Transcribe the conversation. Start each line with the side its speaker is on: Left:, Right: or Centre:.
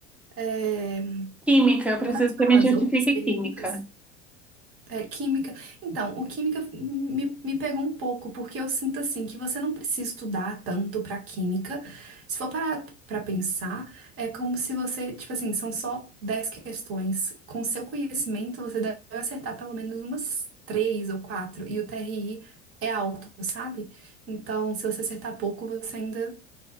Right: É,
Centre: Química, eu preciso
Right: Quais
Centre: que
Right: foram
Centre: você me justifique
Right: as outras perguntas?
Centre: química.
Right: É, química. Então, o química me, me pegou um pouco, porque eu sinto assim que você não precisa estudar tanto pra química. Se for parar pra pensar, é como se você, tipo assim, são só 10 questões. Com seu conhecimento, você deve acertar pelo menos umas três ou quatro. E o TRI é alto, sabe? Então, se você acertar pouco, você ainda